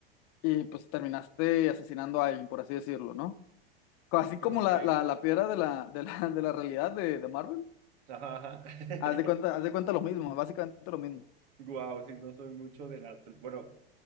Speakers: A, on the left; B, on the right.
A: y, pues terminaste asesinando a alguien, por así decirlo, ¿no? Así como
B: Ok.
A: la, la- la piedra de la, de la, de la realidad de, de Marvel.
B: Ajá, ajá. <laughs>
A: Haz de cuenta, haz de cuenta lo mismo, básicamente lo mismo.
B: Guau, sí, no soy mucho de las... pel- Bueno,